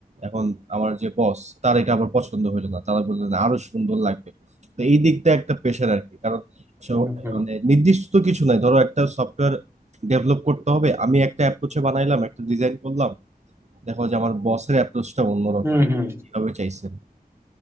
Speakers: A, on the right; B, on the right.
A: এখন আমার যে বস তার এটা আবার পছন্দ হইলো না তারা বললেন আরো সুন্দর লাগবে তো এই দিকটা একটা প্রেশার আর কি কারণ সব-
B: হুম হুম
A: মানে নির্দিষ্ট তো কিছু নাই ধরো একটা সফটওয়্যার ডেভেলপ করতে হবে আমি একটা অ্যাপ্রোচে বানাইলাম একটা ডিজাইন করলাম দেখো যে আমার বসের অ্যাপ্রোচটা অন্যরকম
B: হুম হুম
A: এভাবে চাইছেন